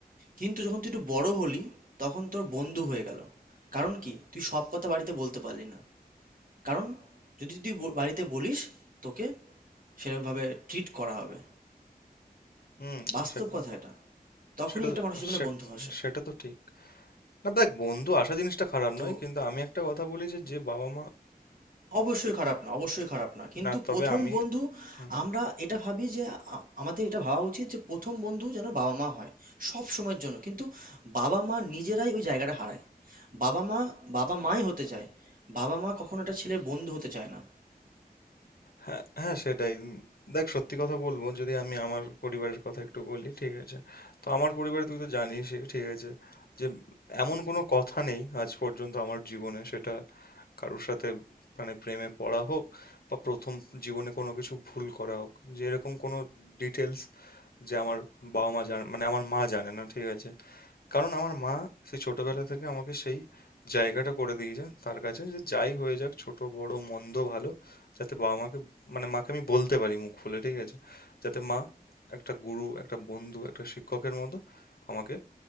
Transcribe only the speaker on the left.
হুম,
সেটা
সেটা
তো
সেট
সেটা তো ঠিক। না দেখ বন্ধু আসা জিনিসটা খারাপ
নয়, কিন্তু আমি একটা কথা বলি যে যে বাবা-মা
না তবে
আমি
হুম,
হ্যাঁ হ্যাঁ সেটাই। উম, দেখ সত্যি কথা বলবো যদি আমি আমার পরিবারের কথা একটু বলি ঠিক আছে। তো আমার পরিবারে তুই তো জানিস ঠিক আছে যে এমন কোনো কথা নেই আজ পর্যন্ত আমার জীবনে সেটা কারোর সাথে মানে প্রেমে পড়া হোক বা প্রথম জীবনে কোনো কিছু ভুল করা হোক যে এরকম কোনো ডিটেলস যে আমার বাবা মা জানে মানে আমার মা জানে না ঠিক আছে কারণ আমার মা সেই ছোটবেলা থেকে আমাকে সেই জায়গাটা করে দিয়েছে তার কাছে যে যাই হয়ে যাক ছোট বড় মন্দ ভালো যাতে বাবা মাকে মানে মাকে আমি বলতে পারি মুখ খুলে ঠিক আছে যাতে মা একটা গুরু একটা বন্ধু একটা শিক্ষকের মতো আমাকে